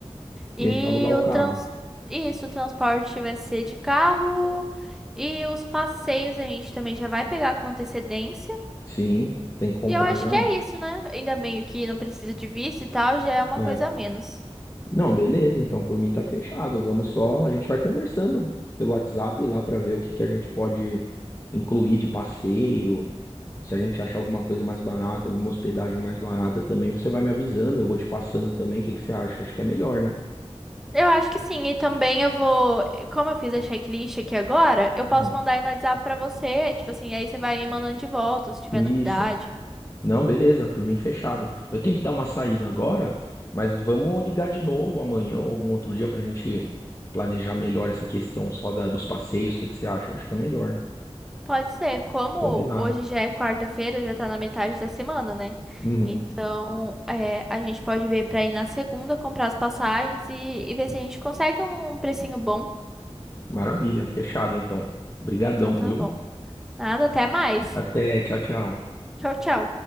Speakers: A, in the centre; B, on the left (about 30°).
A: E
B: E a gente vai alugar o
A: o
B: carro.
A: trans... Isso, o transporte vai ser de carro. E os passeios a gente também já vai pegar com antecedência.
B: Sim, tem que comprar
A: E eu acho
B: já
A: que
B: antes.
A: é isso, né? Ainda bem que não precisa de visto e tal, já é uma
B: É.
A: coisa a menos.
B: Não, beleza, então por mim tá fechado. Vamos só, a gente vai conversando pelo WhatsApp lá pra ver o que que a gente pode incluir de passeio. Se a gente achar alguma coisa mais barata, alguma hospedagem mais barata também, você vai me avisando, eu vou te passando também. O que que você acha? Acho que é melhor, né?
A: Eu acho que sim, e também eu vou, como eu fiz a checklist aqui agora, eu posso
B: Hum.
A: mandar aí no WhatsApp pra você, tipo assim, aí você vai me mandando de volta se tiver
B: Isso.
A: novidade.
B: Não, beleza, por mim fechado. Eu tenho que dar uma saída agora, mas vamos ligar de novo amanhã ou algum outro dia pra gente planejar melhor essa questão só da, dos passeios. O que que você acha? Acho que é melhor, né?
A: Pode ser, como
B: Combinado.
A: hoje já é quarta-feira, já tá na metade da semana, né?
B: Uhum.
A: Então, é, a gente pode ver pra ir na segunda, comprar as passagens e, e ver se a gente consegue um precinho bom.
B: Maravilha, fechado então. Obrigadão,
A: Então tá
B: viu?
A: bom. Nada, até mais.
B: Até, tchau, tchau.
A: Tchau, tchau.